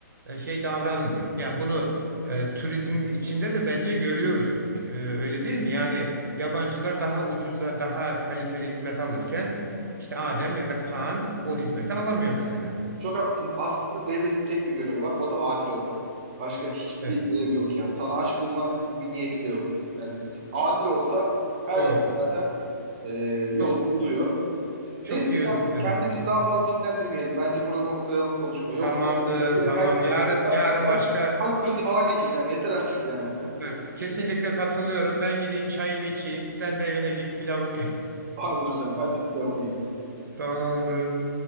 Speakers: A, on the right (about 75°); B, on the right (about 25°).
A: e, şey davranmıyor. Ya bunu e, turizm içinde de bence görüyoruz. E, öyle değil mi? Yani yabancılar daha ucuza, daha kaliteli hizmet alırken işte Adem ya da Kaan o hizmeti alamıyor mesela.
B: Çok haklısın. Aslında devletin tek bir görevi var. O da adil olmak. Başka hiçbir
A: Evet.
B: görevi yok yani. Sana aş bulma gibi niyeti de yok. Yani s- adil olsa her
A: Doğru.
B: şey zaten e, yol
A: Çok
B: buluyor.
A: çok
B: Neyse hocam
A: iyi özetledim
B: kendimizi
A: bunu.
B: daha fazla sinirlendirmeyelim. Bence burada noktalayalım konuşma. Yoksa
A: Tamamdır,
B: yine
A: tamam.
B: ben yarın
A: Yarın
B: kalp,
A: yarın
B: kalp,
A: başka
B: kalp krizi falan geçireceğim. Yeter artık yani.
A: e, kesinlikle katılıyorum. Ben gideyim çayımı içeyim. Sen de evine git pilavını.
B: <laughs> Aynen hocam ben de planımı
A: <laughs> Tamamdır.